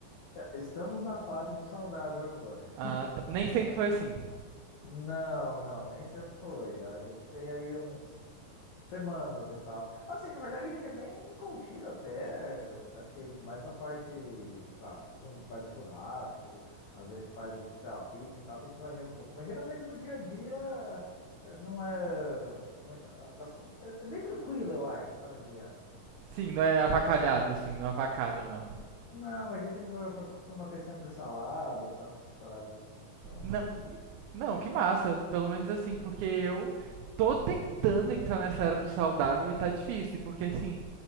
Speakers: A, on the left; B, on the right.
A: É, Estamos na fase do saudável agora.
B: Ah, tá. Nem sempre foi assim.
A: Não, não, nem sempre foi. A gente tem aí uns semanas e tal. Assim, na verdade, a gente é bem contido até. Acho que mais na parte, sei lá, quando a gente faz um churrasco, às vezes faz o, sei lá, uma pizza e tal, que a gente exagera um pouco. Mas geralmente no dia a dia eh, não é. como é- as co- É é bem tranquilo, eu acho, essa dieta.
B: Sim, não é avacalhado, assim, não avacalham, não.
A: Não, a gente go- costuma ter sempre salada, sabe? Essas paradas assim. Então,
B: Não,
A: acho que
B: e- não, que massa. Pelo menos assim,
A: tem.
B: porque eu tô tentando entrar nessa era do saudável e tá difícil. Porque, assim,